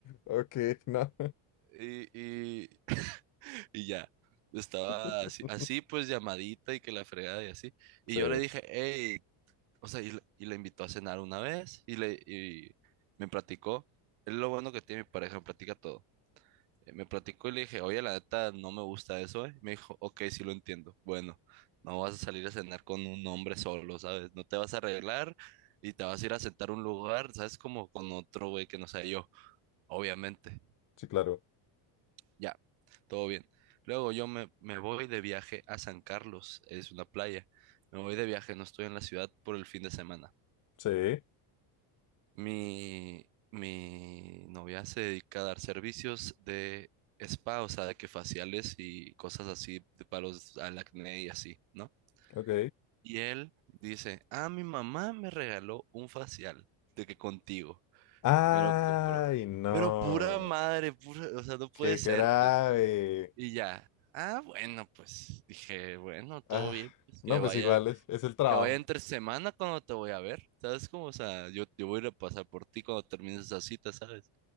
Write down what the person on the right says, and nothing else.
Y, Y ya, estaba
así, así, pues llamadita y que la fregada y así. Y
yo le dije, hey, o sea, y, le- y la invitó a cenar una vez y, le, y me platicó. Es lo bueno que tiene mi pareja, me platica todo. Eh, Me platicó y le dije, oye, la neta, no me gusta eso, ¿eh? Me dijo, ok, sí lo entiendo. Bueno, no vas a salir a cenar con un hombre solo, ¿sabes? No te vas a arreglar y te vas a ir a sentar a un lugar, ¿sabes? Como con otro güey que no sea yo, obviamente.
Ya, todo bien. Luego yo me, me voy de viaje a San Carlos, es una playa. Me voy de viaje, no estoy en la ciudad por el fin de semana.
Mi, mi novia se dedica a dar servicios de spa, o sea, de que faciales y cosas así, de palos al acné y así, ¿no?
Y él dice, ah, mi mamá me regaló un facial, de que contigo,
me lo compró.
Pero pura madre, pura, o sea, no puede
ser,
pues. Y ya. Ah, bueno, pues dije, bueno, todo
bien, pues
que vaya,
que vaya entre semana cuando te voy a ver, ¿sabes cómo? O sea, yo, yo voy a ir a pasar por ti cuando termines esa cita, ¿sabes?